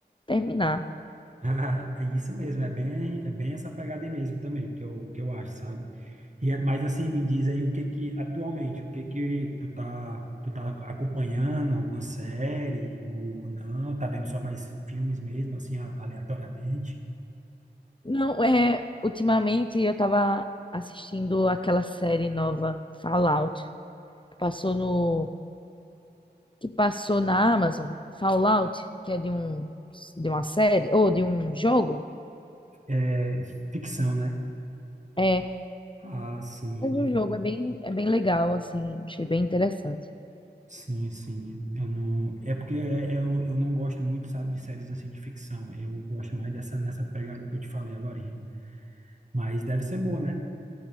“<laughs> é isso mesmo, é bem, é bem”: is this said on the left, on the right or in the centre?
Right